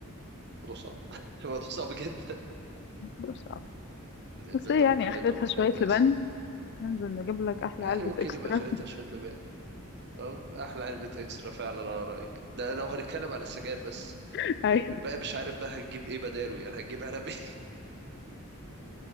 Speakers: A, on the right; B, on the left.
A: موضوع صعب <laughs> الموضوع صعب جدا
B: ده صعب
A: الإدمان
B: بس ايه
A: ده
B: يعني
A: ممكن
B: اخرتها
A: يدمر
B: شويه
A: حياة ناس
B: لبن ننزل نجيب لك احلى
A: يعني
B: علبه
A: ممكن
B: اكسترا
A: يبقى آخرتها شوية لبان اه أحلى علبة إكسترا فعلا على رأيك ده لو هنتكلم على السجاير بس
B: <laughs> ايوه
A: الباقي مش عارف بقى هنجيب إيه بداله يعني هنجيب علب إيه